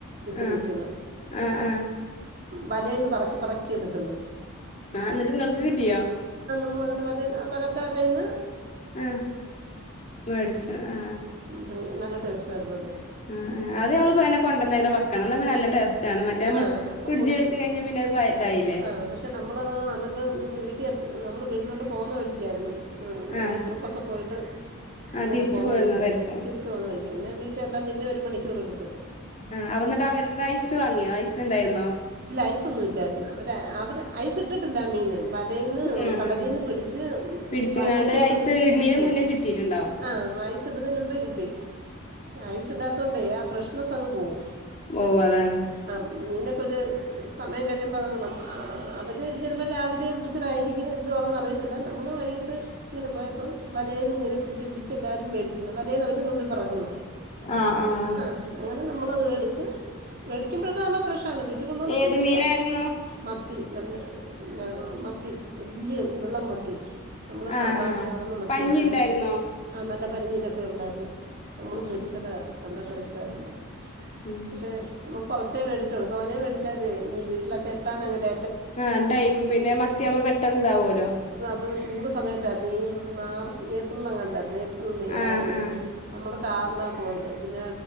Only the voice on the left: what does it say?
ആഹ് ആഹ് ആഹ്
ആ എന്നിട്ട് നിങ്ങൾക്ക് കിട്ടിയോ
ആ മേടിച്ചു ആഹാ
ആ ആ അത് നമ്മള് മീനെ കൊണ്ടേന്ന് വെക്കണം നല്ല ടേസ്റ്റ് ആണ് മറ്റേ നമ്മള്
ഫ്രിഡ്ജ്
വെച്ച് കഴിഞ്ഞാ പിന്നെ അത് പ ഇതായില്ലേ
ആഹ്
ആഹ്
തിരിച്ചു
പോരുന്നതായിരിക്കും
ആ എന്നിട്ട് ആ വരുന്ന ഐസ് വാങ്ങിയോ ഐസ് ഉണ്ടായിരുന്നോ
ആഹ്
ആഹ്
പിടിച്ചിങ്ങാണ്ട്
ഐസ്
ഇടുന്നീന്
മുന്നേ കിട്ടിയിട്ടുണ്ടാവും
പോകും അതാണ്
ആഹ് ആഹ്
ഏത് മീനായിരുന്നു
ആഹ്
ആഹ്
പഞ്ഞി ഉണ്ടായിരുന്നോ
ആഹ്
ആഹ്
ഉം
ആ ടൈം പിന്നെ മത്തിയാവുമ്പോ പെട്ടെന്ന് ഇതാവല്ലോ
ആഹ്
ആഹ്